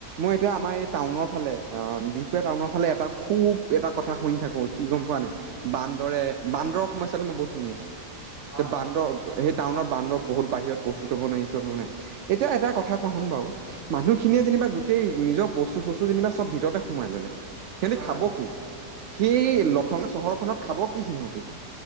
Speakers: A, on the right; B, on the left.
A: মই এতিয়া আমাৰ এই টাউনৰফালে আ, বি টাউনৰফালে এটা খুব এটা কথা শুনি থাকোঁ কি গ'ম পোৱানে? বান্দৰে, বান্দৰৰ সমস্যাটো মই বহুত শুনি আছোঁ।
B: হয়
A: তে
B: হয়
A: বান্দৰ সেই টাউনত বান্দৰ বহুত বাহিৰত বস্তু থব নোৱাৰি কাৰেনে এতিয়াও এটা কথা কোৱা শুোন বাৰু মানুহখিনিয়ে যেনিবা গোটেই নিজৰ বস্তু চস্তু যেনিবা চব ভিতৰতে সোমাই ললে সিহঁতি
B: হয়
A: খাব কি সেই লথঙা চহৰখনত খাব কি সিহঁতি